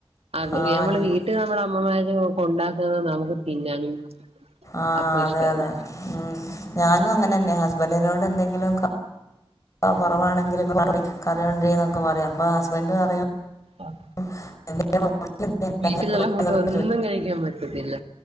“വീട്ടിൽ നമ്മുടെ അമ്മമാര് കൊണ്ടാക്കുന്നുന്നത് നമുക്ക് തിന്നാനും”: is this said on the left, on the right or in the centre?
Right